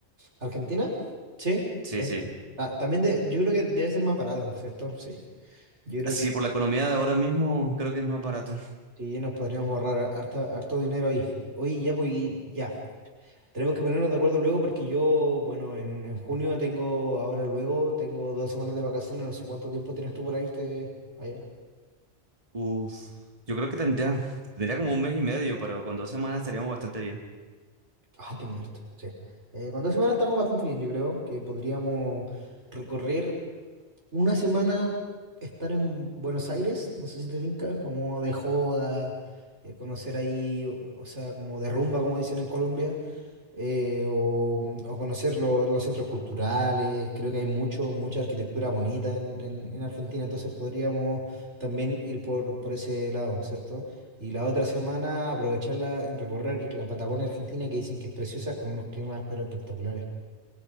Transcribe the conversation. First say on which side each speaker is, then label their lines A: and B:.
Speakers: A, on the right (about 85°); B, on the right (about 30°).
A: ¿Argentina? Sí.
B: Sí,
A: eh,
B: sí.
A: ah, también de- yo creo que debe ser más barato, ¿cierto? Sí. Yo creo
B: Sí,
A: que
B: por la economía de ahora mismo creo que es más barato.
A: sí, nos podríamos ahorrar harta- harto, dinero ahí. Oye, ya, pues ya. Tenemos que ponernos de acuerdo luego porque yo, bueno, en, en junio tengo, ahora luego, tengo dos semanas de vacaciones, no sé cuánto tiempo tienes tú para irte allá.
B: Uf, yo creo que tendría, tendría como un mes y medio, pero con dos semanas estaríamos bastante bien.
A: Ah, tienes harto, sí. Eh, con dos semanas estamos bastante bien, yo creo que podríamos recorrer una semana, estar en Buenos Aires, no sé si te tinca, como de joda, eh, conocer ahí, o o sea, como de rumba, como dicen en Colombia. eh, o, o conocer lo- los centros culturales. Creo que hay mucho, mucha arquitectura bonita en, en- en Argentina, entonces podríamos también ir por, por ese lado, ¿cierto? Y la otra semana aprovecharla en recorrer la Patagonia Argentina, que dicen que es preciosa, con unos climas pero espectaculares.